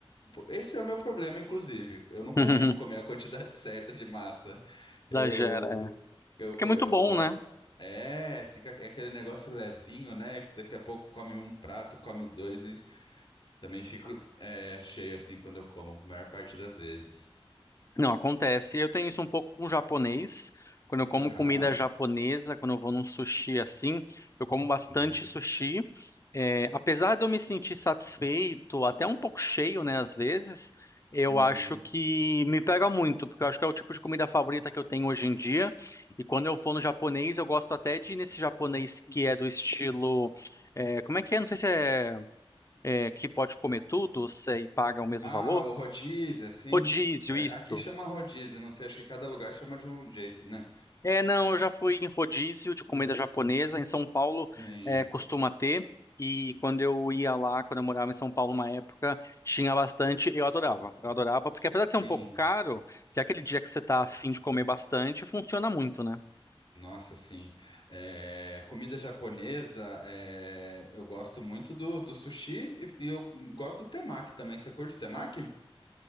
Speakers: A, on the left; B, on the left.
A: esse é o meu problema, inclusive. Eu não consigo
B: <laughs>
A: comer a quantidade <laughs> certa de massa. Eu,
B: Exagera.
A: eu,
B: É
A: co-
B: que é muito
A: eu
B: bom,
A: gosto.
B: né?
A: É, fica aquele negócio levinho, né? Daqui a pouco come um prato, come dois e também fico é, cheio assim quando eu como, a maior parte das vezes.
B: Não, acontece. Eu tenho isso um pouco com o japonês. Quando eu como
A: Aham.
B: comida japonesa, quando eu vou num sushi assim, eu como bastante
A: Uhum.
B: sushi. É, apesar de eu me sentir satisfeito, até um pouco cheio, né, às vezes, eu
A: Uhum.
B: acho que me pega muito, porque eu acho que é o tipo de comida favorita que eu tenho hoje em dia. E quando eu vou no japonês, eu gosto até de ir nesse japonês que é do estilo. é, como é que é? Não sei se é, é que pode comer tudo, se e paga o mesmo
A: Ah,
B: valor.
A: o rodízio, assim.
B: Rodízio,
A: É,
B: isso.
A: aqui chama rodízio, não sei, acho que cada lugar chama de um jeito, né?
B: É, não, eu já fui em rodízio de comida japonesa. Em São Paulo,
A: Sim,
B: é, costuma ter. E quando eu ia lá, quando eu morava em São Paulo uma época, tinha bastante. Eu adorava. Eu adorava, porque apesar
A: sim.
B: de ser um pouco caro, se é aquele dia que você tá afim de comer bastante, funciona muito, né?
A: Nossa, sim. É, comida japonesa, é, eu gosto muito do, do sushi e, e eu gosto do temaki também. Você curte o temaki?